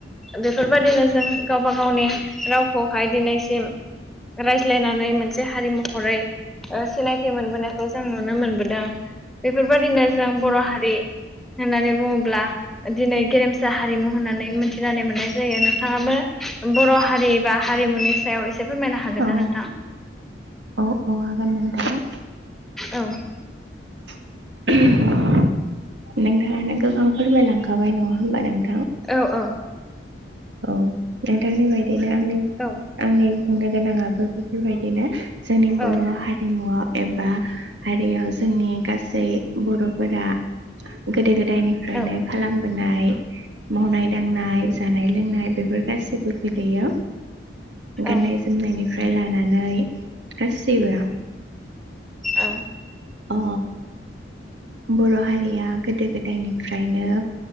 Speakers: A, in the centre; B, on the right.
A: बेफोरबादिनो जों गावबा गावनि रावखौहाय दिनैसिम रायज्लायनानै मोनसे हारिमु हरै। ओ सिनायथि मोनबोनायखौ जों नुनो मोनबोदों। बेफोरबायादिनो जों बर' हारि होननानै बुङोब्ला दिनै गेरेम <unintelligible> हारिमु होननानै मिथिनानै मोननाय जायो नोंथाङाबो। बर' हारि एबा। हारिमुनि सायाव एसे। फोरमायनो हागोन
B: औ
A: ना नोंथां?
B: औ औ हागोन <unintelligible>
A: औ।
B: <unintelligible> नोंथाङानो गोबां फोरमायलां खाबाय नङा होमबा नों
A: औ औ।
B: औ नोंथांनि बायदि। बिदिनो आंनि
A: औ
B: आंनि। बुंनो गोनाङाबो बेफोरबायदिनो। जोंनि बर'
A: औ
B: हारिमुआव एबा हारियाव जोंनि गासै। बर'फोरा गोदो गोदा दायनिफ्रायनो
A: औ
B: खालाम नाय मावनाय दांनाय जा नाय लोंनाय बेफोर गासिबो गोलैयो।
A: औ
B: गाननाय जोमनायनि फ्राय लानानै गासैबो।
A: औ।
B: अ। बर' हारिया गोदो गोदायनिफ्रायनो